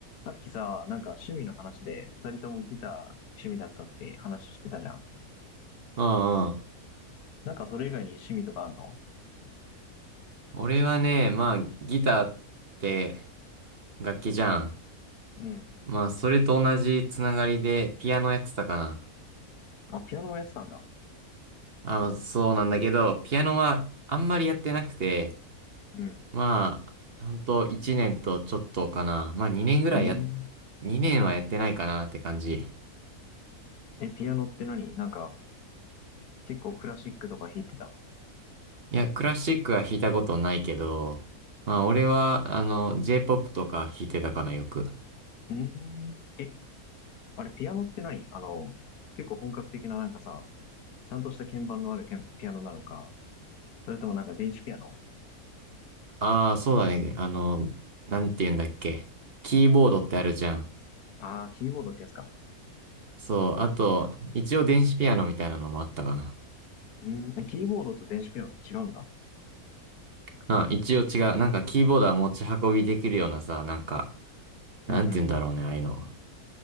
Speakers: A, on the left; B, on the right.
A: さっきさ、なんか趣味の話で、二人ともギター趣味だったって話してたじゃん。
B: うんうん。
A: なんかそれ以外に趣味とかあんの
B: 俺はね、まあ、ギターって楽器じゃん。
A: うん。
B: まあ、それと同じつながりでピアノやってたかな。
A: あ、ピアノもやってたんだ。
B: あ、そうなんだけど、ピアノはあんまりやってなくて、
A: うん。
B: まあ、ほんと1年とちょっとかな。まあ、2年ぐらいや、
A: うん。
B: 2年はやってないかなって感じ。
A: え、ピアノって何なんか、結構クラシックとか弾いてたの
B: いや、クラシックは弾いたことないけど、まあ、
A: うん。
B: 俺は、あの、J-POP とか弾いてたかな、よく。
A: うん。え、あれ、ピアノって何あの、結構本格的ななんかさ、ちゃんとした鍵盤のあるけんピアノなのか、それともなんか電子ピアノ
B: ああ、そうだね。あの、なんて言うんだっけ。キーボードってあるじゃん。
A: ああー、キーボードってやつか。
B: そう、あと、一応電子ピアノみたいなのもあったかな。
A: うん。え、キーボードと電子ピアノって違うんだ。
B: あ、一応違う。なんかキーボードは持ち運びできるようなさ、なんか、なんて言うんだろうね、
A: うんうん。
B: ああいうの。